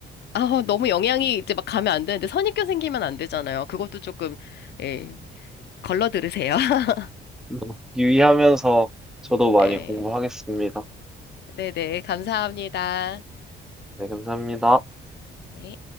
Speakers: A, on the left; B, in the centre.
A: 아, 너무 영향이 이제 막 가면 안 되는데, 선입견 생기면 안 되잖아요. 그것도 조금, 예, 걸러 들으세요. <laughs>
B: <laughs> 유의하면서 저도
A: 네.
B: 많이 공부하겠습니다.
A: 네네. 감사합니다.
B: 네, 감사합니다.
A: 네.